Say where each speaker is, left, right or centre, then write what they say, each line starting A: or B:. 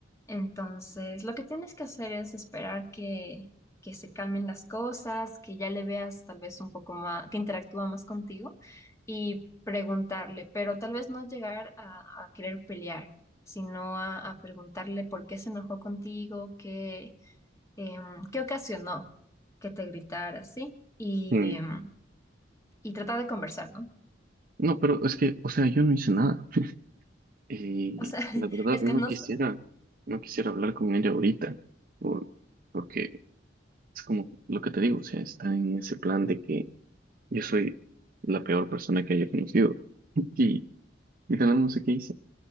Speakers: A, on the left (about 15°); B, on the right (about 45°).
A: Entonces, lo que tienes que hacer es esperar que, que se calmen las cosas, que ya le veas tal vez un poco más, que interactúa más contigo y preguntarle, pero tal vez no llegar a, a querer pelear, sino a, a preguntarle por qué se enojó contigo, qué, em, qué ocasionó que te gritara así y,
B: Mm.
A: em, y tratar de conversar, ¿no?
B: No, pero es que, o sea, yo no hice nada. <laughs> Y
A: O sea, <laughs>
B: la verdad
A: es
B: no
A: que no,
B: quisiera,
A: s-
B: no quisiera hablar con ella ahorita, por- porque Es como lo que te digo, o sea, está en ese plan de que yo soy la peor persona que haya conocido <laughs> y literal no sé qué hice.